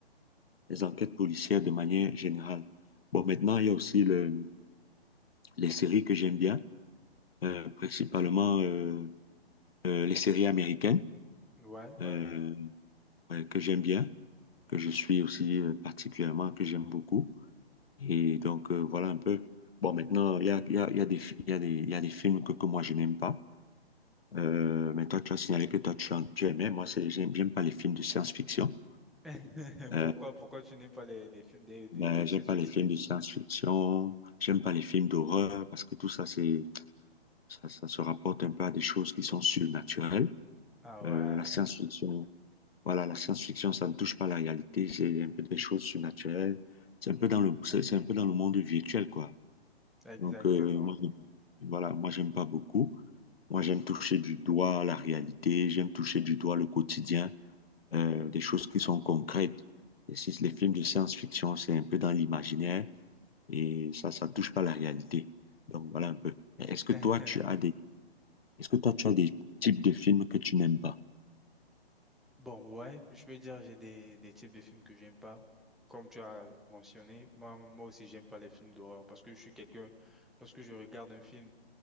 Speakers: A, on the left (about 65°); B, in the centre.
A: les enquêtes policières de manière générale. Bon, maintenant, il y a aussi le, les séries que j'aime bien, euh, principalement. euh, euh, les séries américaines
B: Ouais, ouais.
A: euh, ouais, que j'aime bien, que je suis aussi euh, particulièrement, que j'aime beaucoup. Et donc, euh, voilà un peu. Bon, maintenant, il y a, il y a, il y a des, fi- il y a des, il y a des films que, que moi, je n'aime pas. Euh, mais toi, tu as signalé que toi, tu, en- tu aimais. Moi, c'est, j'aime, j'aime pas les films de science-fiction.
B: <laughs>
A: Euh,
B: Pourquoi, pourquoi tu n'aimes pas les, les films de, de,
A: ben,
B: de science-fiction?
A: j'aime pas les films de science-fiction. J'aime pas les films d'horreur parce que tout ça, c'est, ça, ça se rapporte un peu à des choses qui sont surnaturelles.
B: Ah
A: Euh,
B: ouais.
A: la science-fiction. Voilà, la science-fiction, ça ne touche pas la réalité, c'est un peu des choses surnaturelles, c'est
B: Mhm.
A: un peu dans le, c'est c'est un peu dans le monde virtuel, quoi.
B: Exactement.
A: Donc, euh, moi, j'aime- voilà, moi, j'aime pas beaucoup. Moi, j'aime toucher du doigt la réalité, j'aime toucher du doigt le quotidien, euh, des choses qui sont concrètes. Et si les films de science-fiction, c'est un peu dans l'imaginaire, et ça, ça touche pas la réalité. Donc, voilà un peu. Mais Est-ce que
B: <laughs>
A: toi, tu as des, est-ce que toi, tu as des types de films que tu n'aimes pas?
B: Bon, ouais, je peux dire j'ai des, des types de films que j'aime pas. Comme tu as mentionné, moi, moi aussi, j'aime pas les films d'horreur parce que je suis quelqu'un, lorsque je regarde un film,